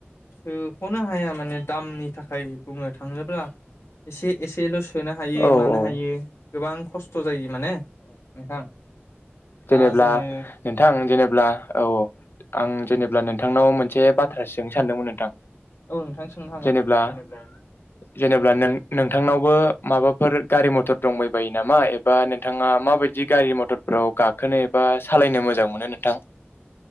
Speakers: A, on the left; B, on the left.
A: सोख'नो हाया माने दामनि थाखाय बुंनो थांङोब्ला एसे एसेल' सोनो हायो
B: औ
A: मानो
B: औ
A: हायो गोबां खस्थ' जायो माने नोंथां दा
B: जेनेबला
A: जोङो
B: नोंथां जे अब्ला औ औ आं जेनेबा नोंथांनाव मोनसे बाथ्रासो सोंनो सानदोंमोन नोंथां?
A: औ नोंथां सोंनो हागोन
B: जेनेबला
A: जेनेब्ला
B: जेनेबला नों नोंथांनावबो माबाफोर गारि मथर दंबायबायो नामा एबा नोंथांङा माबायदि गारि म टरफोराव गाखोनो एबा सालायनो मोजां मोनो नोंथां